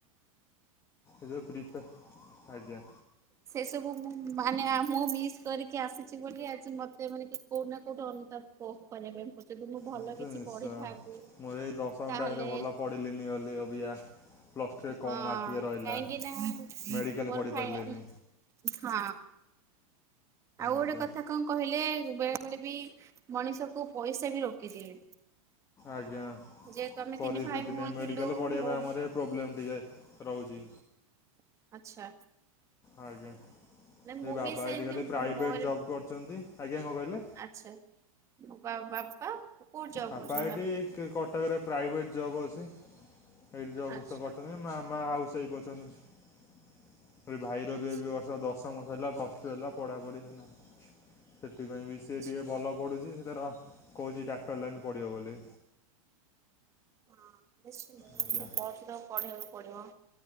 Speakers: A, on the left; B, on the right.
A: ଏବେ ପ୍ରିପ୍ରା ଆଜ୍ଞା।
B: ସେ ସବୁ ମୁ ମାନେ ମୁଁ ମିସ୍ କରିକି ଆସିଛି ବୋଲି ଆଜି ମତେ ମାନେ କୋଉଠି ନା କୋଉଠ ଅନୁତାପ କରିବା ପାଇଁ ପଡୁଛି। ଯଦି ମୁଁ ଭଲ
A: ଏ ତ
B: କିଛି
A: ନିଶ୍ଚୟ
B: ପଢିଥାନ୍ତି
A: ମୁଁ ଏଇ ଦଶମ
B: ତାହେଲେ
A: ଟାଇମ୍ରେ ଭଲ ପଢ଼ିଲିନି ବୋଲି ଅବିକା ପ୍ଲସ୍ ଟୁରେ
B: ହଁ
A: କମ୍ ମାର୍କ ଟିକେ ରହିଲା
B: କାହିଁକି ନା
A: ମେଡ଼ିକାଲ୍
B: ମୋର
A: ପଢ଼ି
B: ହି
A: ପାରିଲିନି
B: ହଁ ଆଉ ଗୋଟେ
A: ଆଜ୍ଞା
B: କଥା କଣ କହିଲେ? ବେଳେ ବେଳେ ବି ମଣିଷକୁ ପଇସା ବି ରୋକିଦିଏ।
A: ଆଜ୍ଞା
B: ଯେହେତୁ ଆମେ
A: ପରିସ୍ଥିତି
B: ତିନି ଭାଇ ଭଉଣୀ
A: ନେଇଁ
B: ଥିଲୁ
A: ମେଡିକାଲ ପଢିଆ
B: ମୋ
A: ପାଇଁ ଆମରେ ପ୍ରୋବ୍ଲେମ୍ ଟିକେ ରହୁଛି।
B: ଆଚ୍ଛା।
A: ଆଜ୍ଞା ଏଇ
B: ନାଇଁ ମୁଁ
A: ବାବା
B: ବି ସେମିତି
A: ଏଇଠି ଖାଲି ପ୍ରାଇଭେଟ୍
B: ମୋର
A: ଜବ୍ କରୁଛନ୍ତି। ଆଜ୍ଞା କଣ କହିଲେ?
B: ଆଚ୍ଛା ବା ବାପା। କୋଉଠି ଜବ୍
A: ବାପା
B: କରୁଛନ୍ତି
A: ଏଇଠି କ କଟକରେ ପ୍ରାଇଭେଟ୍ ଜବ୍ ଅଛି ସେଇଠି ଜବ୍
B: ଆଚ୍ଛା
A: କରିଛନ୍ତି ମାମା ହାଉସ ୱାଇଫ ଅ ଛନ୍ତି ଭାଇର
B: ଆଚ୍ଛା
A: ବି ଏଇ ବର୍ଷ ଦଶ ମ ସରିଲା, ପ୍ଲସଟୁ ହେଲା ପଢାପଢି ହେନା ସେଥିପାଇଁ ବି
B: ଆଚ୍ଛା।
A: ସିଏ ଟିକେ ଭଲ ପଢୁଛି ସେ ତାର କହୁଛି ଡାକ୍ତର ଲାଇନ୍ ପଢ଼ିବ ବୋଲି।
B: ହଁ ନିଶ୍ଚିନ୍ତ
A: ଆଜ୍ଞା
B: ସେ ପଢୁଛି ତ ପଢେଇବାକୁ ପଡିବ।